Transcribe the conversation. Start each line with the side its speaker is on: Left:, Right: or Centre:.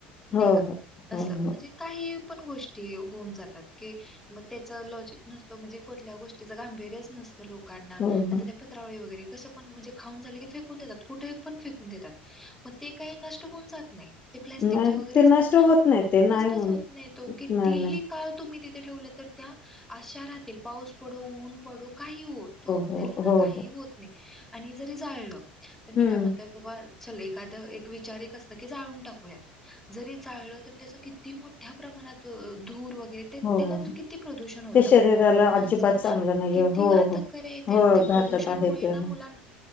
Centre: नाही
Left: हो हो
Centre: का असं
Left: हो हो
Centre: म्हणजे,, काही पण गोष्टी होऊन जातात की. मग त्याच लॉजिक नसतो म्हणजे कुठल्या गोष्टीच गांभीर्यच नसतं लोकांना
Left: हो
Centre: आ
Left: हो
Centre: पत्रव वगैरे कं पणजे खाऊन झाले की फेकून देतात कुठे पण फेकून देतात. मग ते काही नष्ट होऊन जात नाही ते प्लस्टिकच्या
Left: नाही
Centre: वगैरे
Left: ते
Centre: असतात
Left: नष्ट
Centre: ना.
Left: होत नाही ते नाही.
Centre: होत
Left: होऊन
Centre: नाही तो कितीही.
Left: नाही नाही
Centre: काळ तुम्ही तिथे ठेवलं तर त्या आशारातील पाऊस पडवून. पड काही हो तो
Left: हो
Centre: त्यां
Left: हो
Centre: काही
Left: हो
Centre: होत नाही आणि जरी जाळलं तर मी
Left: हम्म
Centre: काय म्हणत. बा च एखाद एक विचार एक असत की जाळून टाकूयात जरी जाळलं तर त्याच क ती मोठ्या प्रमाणात धूर वगैरे.
Left: हो
Centre: नंतर
Left: हो हो.
Centre: किती प्रदूषण होत
Left: ते शरीराला
Centre: माणसांना
Left: अजिबात चांगलं नाहीये
Centre: किती
Left: हो
Centre: घात
Left: हो
Centre: कर. त्या
Left: हो
Centre: त्या प्रदूषणमुळे
Left: घातक आहे ते
Centre: ना
Left: हो
Centre: मुलां